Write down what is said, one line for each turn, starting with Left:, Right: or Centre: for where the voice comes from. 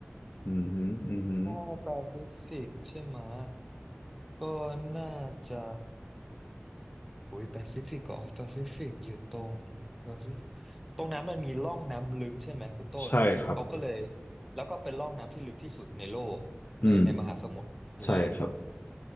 Left: อืมฮึอืมฮึ
Centre: ถ้าแปซิฟิกใช่ไหมะก็น่าจะ อุ้ยแปซิฟิกเหรอแปซิฟิกอยู่ตรงแปซิฟิกตรงนั้นมันมีร่องน้ำลึกใช่ไหมคุณต้นเขาก็เลย
Left: ใช่ครับ
Centre: แล้วก็เป็นร่องน้ำที่ลึกที่สุดในโลกในในมหาสมุทรนี้
Left: อืม ใช่ครับ